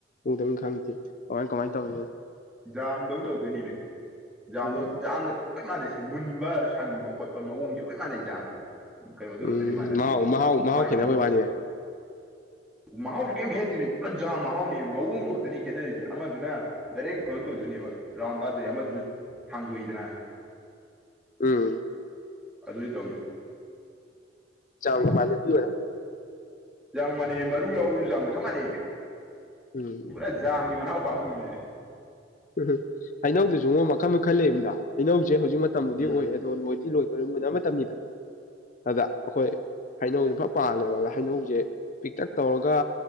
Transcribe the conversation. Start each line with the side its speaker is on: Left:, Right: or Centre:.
Left: ꯎꯗꯝꯅꯤ ꯈꯪꯗꯤ ꯀꯃꯥꯏ ꯀꯃꯥꯏꯅ ꯇꯧꯋꯤꯅꯣ
Centre: ꯖꯥꯝꯗꯧ ꯇꯧꯗꯣꯏꯅꯤꯃꯦ ꯖꯥꯝꯗꯧ
Left: ꯎꯝ
Centre: ꯖꯥꯝꯒ ꯂꯣꯏ ꯃꯥꯟꯅꯩꯁꯦ ꯃꯨꯟꯕ ꯁꯪꯕ ꯈꯣꯠꯄ ꯃꯑꯣꯡꯁꯦ ꯂꯣꯏ ꯃꯥꯟꯅꯩ ꯌꯥꯝꯕ ꯀꯩꯅꯣꯗꯨ
Left: ꯎꯝ
Centre: ꯈꯛꯇꯅꯤ ꯃꯥꯟꯅꯗꯤ
Left: ꯃꯍꯥꯎ ꯃꯍꯥꯎ ꯃꯍꯥꯎ
Centre: ꯃꯥꯒꯤ
Left: ꯈꯦꯠꯅꯕꯩ
Centre: ꯃꯑꯣꯡ ꯃꯇꯧ
Left: ꯋꯥꯅꯤꯅꯦ
Centre: ꯃꯍꯥꯎꯁꯨ ꯀꯩꯝ ꯈꯦꯠꯅꯗꯕꯤꯅꯤ ꯄꯨꯔ ꯖꯥꯝ ꯃꯍꯥꯎꯅꯤ ꯃꯑꯣꯡꯗꯣ ꯈꯛꯇꯅꯤ ꯈꯦꯠꯅꯔꯤꯁꯦ ꯑꯃꯗꯨꯅ ꯗꯥꯏꯔꯦꯛ ꯀꯣꯟ ꯇꯧꯗꯣꯏꯅꯦꯕ ꯔꯥꯎꯟ ꯇꯥꯗꯣꯏꯅꯦ ꯑꯃꯗꯨꯅ ꯁꯥꯡꯗꯣꯛꯏꯗꯅ
Left: ꯎꯝ
Centre: ꯑꯗꯨꯅꯤ ꯇꯧꯔꯤꯁꯦ
Left: ꯆꯥꯎꯕ ꯃꯥꯟꯅꯗꯨꯏ ꯑꯣꯏꯔꯝ
Centre: ꯌꯥꯝ ꯃꯥꯟꯅꯩ ꯃꯔꯨ ꯌꯥꯎꯕꯁꯨ ꯖꯥꯝ ꯆꯞ ꯃꯥꯟꯅꯩꯃꯦ
Left: ꯎꯝ
Centre: ꯄꯨꯔꯥ ꯖꯥꯝꯒꯤ ꯃꯅꯥꯎꯄꯥꯒꯨꯝꯕꯅꯦ
Left: ꯎ ꯍꯩꯅꯧꯗꯨꯁꯨꯨꯉꯣ ꯃꯈꯜ ꯃꯈꯜ ꯂꯩꯗꯅ ꯍꯩꯅꯧꯁꯦ ꯍꯧꯖꯤꯛ ꯃꯇꯝꯕꯨꯗꯤ
Centre: ꯎꯝ
Left: ꯑꯣꯏ ꯑꯗꯣ ꯂꯣꯏꯗꯤ ꯂꯣꯏꯗꯣꯏ ꯃꯨꯟꯅꯕ ꯃꯇꯝꯅꯤꯗꯅ ꯑꯗ ꯑꯩꯈꯣꯏ ꯍꯩꯅꯧꯁꯦ ꯐ ꯄꯥꯜꯂꯦꯕ ꯑꯗ ꯍꯩꯅꯧꯁꯦ ꯄꯤꯛꯇꯛ ꯇꯧꯔꯒ